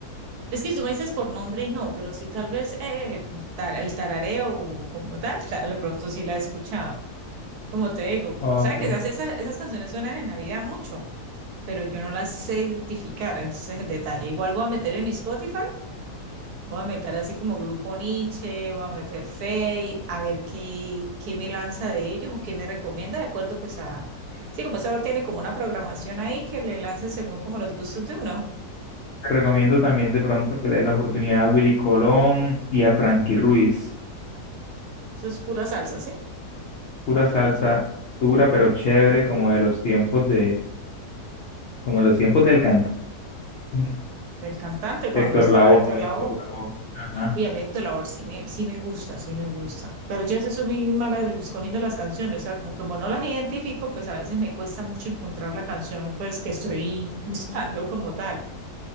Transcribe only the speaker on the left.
Ok.
Te recomiendo también de pronto que le des la oportunidad a Willy Colón y a Frankie Ruiz.
Pura salsa dura pero chévere, como de los tiempos de, como de los tiempos del cantante. <laughs>
Héctor
Lavoe,
Héctor Lavoe. Ajá.